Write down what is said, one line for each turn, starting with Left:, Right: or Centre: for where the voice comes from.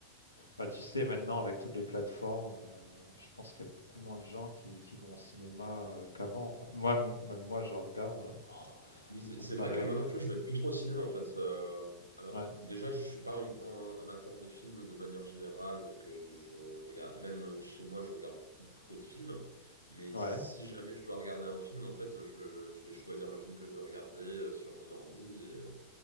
Left: Bah, tu sais, maintenant, avec toutes les plateformes, euh, je pense qu'il y a beaucoup moins de gens qui, qui vont au cinéma euh, qu'avant, quoi. Moi, m- même moi, je regarde, euh, oh,
Right: Mais c'est
Left: comparé...
Right: c'est vrai que moi non plus,
Left: euh,
Right: je vais plus trop au cinéma en fait. Euh, alors
Left: Ouais,
Right: déjà, je suis pas un grand amateur de films de manière générale, donc euh, je, je regarde même chez moi, je regarde plus trop de films. Mais
Left: ouais.
Right: si jamais je dois regarder un film, en fait, je le, je vais choisir le film que je veux regarder euh, sur mon ordi et, euh,